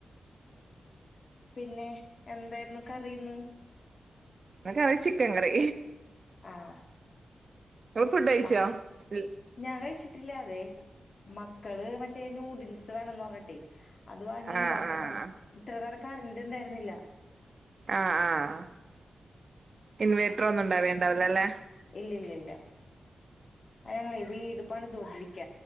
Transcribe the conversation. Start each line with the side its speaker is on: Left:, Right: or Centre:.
Left: പിന്നെ എന്തായിരുന്നു കറി ഇന്ന്
Right: ഇന്ന് കറി ചിക്കൻ കറി
Left: ആഹ്
Right: ങ്ങള് ഫുഡ് കഴിച്ചോ
Left: മ
Right: ൽ
Left: ഞാൻ കഴിച്ചിട്ടില്ല അതെ മക്കള് മറ്റേ നൂഡിൽസ് വേണന്ന് പറഞ്ഞിട്ടെ അത് വാങ്ങി
Right: ആഹ്
Left: ഇണ്ടാക്ക്ണൊള്ളു
Right: ആഹ്
Left: ഇത്ര നേരം കറൻ്റ് ണ്ടായിരുന്നില്ല
Right: ആഹ് ആഹ് ഇൻവേർട്ടറന്നും ഉണ്ടാവേണ്ടാവില്ല ല്ലേ
Left: ഇല്ല ഇല്ലല്ല ഞങ്ങെളെ വീട് പണി തൊടരിക്ക